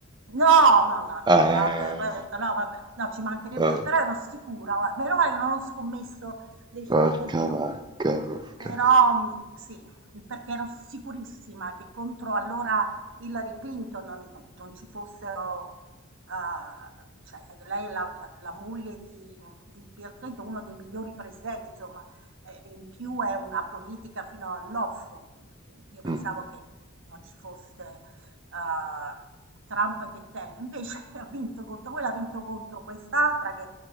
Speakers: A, on the right; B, on the right.
A: No, no, no,
B: Ah,
A: no, no, vabbè, poi ho detto no, vabbè, no, ci mancherebbe,
B: ah,
A: però ero sicura, guarda, meno male che non ho scommesso dei soldi,
B: porca
A: oddio.
B: vacca, porca
A: Però,
B: vacca.
A: mhmm, sì, perché ero sicurissima che contro allora Hillary Clinton non non non ci fossero, uhm, cioè lei è la la la moglie di di Bill Clinton, uno dei migliori presidenti insomma, e e in più è una politica fino all'osso. Mhmm, io pensavo
B: Mm.
A: che non ci fosse, uhm, Trump che tenga, invece <laughs> ha vinto contro quella, ha vinto contro quest'altra che